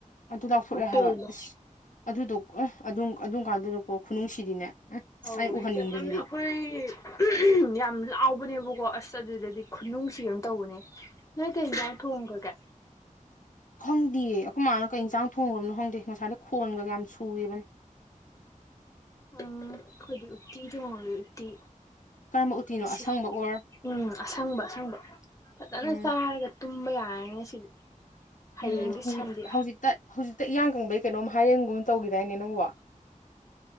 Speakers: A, on the left; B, on the left.
A: ꯑꯗꯨ ꯂꯥꯎꯊꯣꯔꯛꯑꯦ
B: ꯄꯨꯄꯤꯜꯗꯣ
A: ꯍꯥꯏꯕ ꯑꯗꯨꯗꯣ ꯑ ꯑꯗꯨꯝ ꯑꯗꯨꯝ ꯀꯥꯟꯗꯨꯗꯀꯣ ꯈꯨꯅꯨꯡꯁꯤꯗꯤꯅꯦ
B: ꯑꯧ
A: ꯑꯥꯏ
B: ꯍꯦꯛ
A: ꯎꯍꯟꯅꯤꯡꯕꯁꯤꯗꯤ
B: <unintelligible> ꯌꯥꯝ ꯂꯥꯎꯕꯅꯦꯕꯀꯣ ꯑꯁ ꯑꯗꯨꯗꯗꯤ ꯈꯨꯅꯨꯡꯁꯤ ꯌꯥꯝ ꯇꯧꯕꯅꯦ꯫ ꯅꯣꯏ ꯀꯩꯏꯟꯖꯥꯡ ꯊꯣꯡꯈꯔꯒꯦ꯫
A: ꯈꯪꯗꯦꯌꯦ ꯑꯩꯈꯣꯏ ꯃꯥꯅ ꯀꯩ ꯌꯦꯟꯁꯥꯡ ꯊꯣꯡꯈ꯭ꯔꯕꯅꯣ ꯈꯪꯗꯦ ꯉꯁꯥꯏꯗ ꯈꯣꯟꯒ ꯌꯥꯝ ꯁꯨꯦꯔꯤꯕꯅꯦ꯫
B: ꯎꯝ ꯎꯇꯤ ꯇꯣꯡꯉ ꯎꯇꯤ
A: ꯀꯔꯝꯕ ꯎꯇꯤꯅꯣ
B: ꯃꯁꯤ
A: ꯑꯁꯪꯕ ꯑꯣꯔ
B: ꯎꯝ ꯑꯁꯪꯕ ꯑꯁꯪꯕ ꯐꯖꯅ
A: ꯎꯝ
B: ꯆꯥꯔꯒ ꯇꯨꯝꯕ ꯌꯥꯔꯅꯤ ꯁꯤꯗꯤ ꯍꯌꯦꯡꯒꯤ
A: ꯎꯝ ꯍꯧꯖꯤꯛ
B: ꯁꯟꯗꯤ
A: ꯍꯧꯖꯤꯛꯇ ꯍꯧꯖꯤꯛꯇ ꯏꯌꯥꯡ ꯀꯪꯕꯩ ꯀꯩꯅꯣꯝ ꯍꯥꯏꯔꯦꯟꯒꯨꯝꯕ ꯇꯧꯈꯤꯗꯥꯏꯅꯦ ꯅꯪꯕ